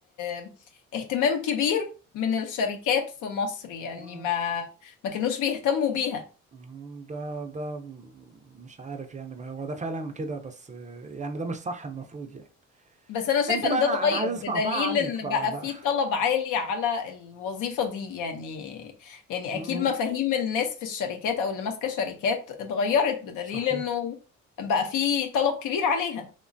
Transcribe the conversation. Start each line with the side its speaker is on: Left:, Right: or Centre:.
Left: آه، اهتمام كبير من الشركات في مصر يعني
Right: امم
Left: ما ما كانوش بيهتموا بيها
Right: مم، ده ده مم، مش عارف يعني ما هو ده فعلا كده بس آه، يعني ده مش صح المفروض يعني
Left: بس انا شايفة
Right: انت بقى
Left: ان ده
Right: انا
Left: اتغير
Right: انا عايز
Left: بدليل
Right: اسمع بقى عنك
Left: ان
Right: بقى
Left: بقى
Right: لا
Left: في طلب عالي على الوظيفة دي يعني يعني
Right: امم
Left: اكيد مفاهيم الناس في الشركات او اللي ماسكة شركات اتغيرت بدليل
Right: صحيح
Left: انه بقى في طلب كبير عليها